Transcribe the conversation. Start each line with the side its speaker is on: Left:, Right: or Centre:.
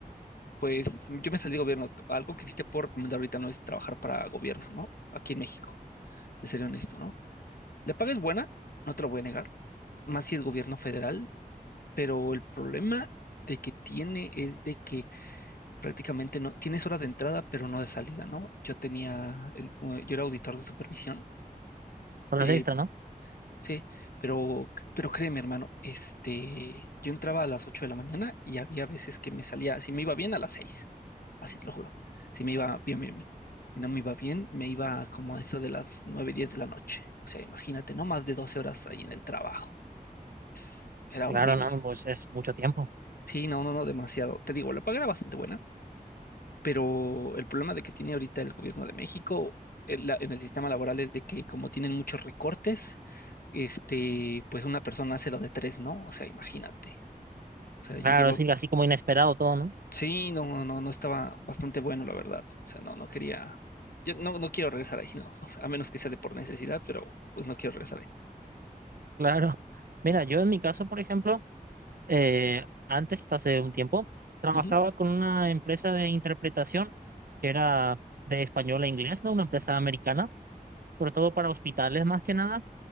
Left: pues yo me salí de gobierno. Algo que sí te puedo recomendar ahorita no es trabajar para gobierno, ¿no? Aquí en México, te seré honesto, ¿no? La paga es buena, no te lo voy a negar, más si es gobierno federal, pero el problema de que tiene es de que prácticamente no, tienes horas de entrada, pero no de salida, ¿no? Yo tenía, el- yo era auditor de supervisión.
Right: con
Left: eh,
Right: las extras, ¿no?
Left: Sí, pero, pero créeme, hermano, este, yo entraba a las 8 de la mañana y había veces que me salía, si me iba bien, a las 6, así te lo juro, si me iba bien, bien, bien. Si no me iba bien, me iba como a eso de las 9 10 de la noche. O sea, imagínate, no más de 12 horas ahí en el trabajo. Es- Era
Right: Claro,
Left: horrible.
Right: no, pues es mucho tiempo.
Left: Sí, no, no, no, demasiado. Te digo, la paga era bastante buena, pero el problema de que tiene ahorita el gobierno de México en, la- en el sistema laboral es de que como tienen muchos recortes, este, pues una persona hace lo de tres, ¿no? O sea, imagínate. O sea, yo
Right: Claro,
Left: llevo,
Right: es así como inesperado todo, ¿no? <laughs>
Left: sí, no, no, no estaba bastante bueno, la verdad. O sea, no, no quería, yo no, no quiero regresar ahí, no, <laughs> a menos que sea de por necesidad, pero pues no quiero regresar ahí.
Right: Claro. Mira, yo en mi caso, por ejemplo, eh, antes, hasta hace un tiempo, trabajaba
Left: Ujú,
Right: con una empresa de interpretación que era de español a inglés, ¿no? Una empresa americana, sobre todo para hospitales más que nada